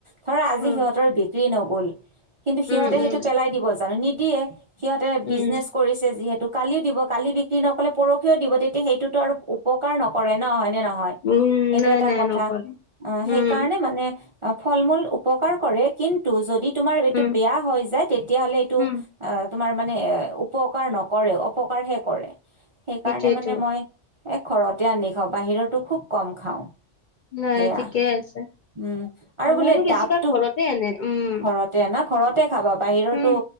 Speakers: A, on the right (about 45°); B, on the left (about 60°).
A: ধৰা আজি
B: উম,
A: সিহঁতৰ বিক্ৰী নগল কিন্তু
B: উম,
A: সিহঁতে
B: উম,
A: সেইটো পেলাই দিব জানো নিদিয়ে সিহঁতে
B: উম,
A: বিজনেছ কৰিছে যিহেতু কালিও দিব কালি বিক্ৰী নকলে পৰহিও দিব তেতিয়া সেইটোত আৰু উপকাৰ নকৰে ন হয়নে নহয় হয়
B: উম,
A: সেইটো
B: নাই
A: এটা
B: নাই
A: কথা
B: নকৰে।
A: অ
B: উম,
A: সেইকাৰণে মানে ফল মূল উপকাৰ কৰে কিন্তু যদি তোমাৰ এইটো
B: উম,
A: বেয়া হৈ যায় তেতিয়া হলে এইটো
B: উম,
A: আ তোমাৰ মানে উপকাৰ নকৰে অপকাৰহে কৰে সেইকাৰণে
B: সেইটোয়েতো
A: মানে মই এ ঘৰতে আনি খাওঁ বাহিৰতো খুব কম খাওঁ
B: নাই
A: সেয়া
B: ঠিকে আছে
A: উম আৰু
B: আমি
A: বোলে
B: বেছিভাগ
A: ডাবটো
B: ঘৰতে আনে উম,
A: ঘৰতে ন ঘৰতে খাবা বাহিৰতো
B: উম,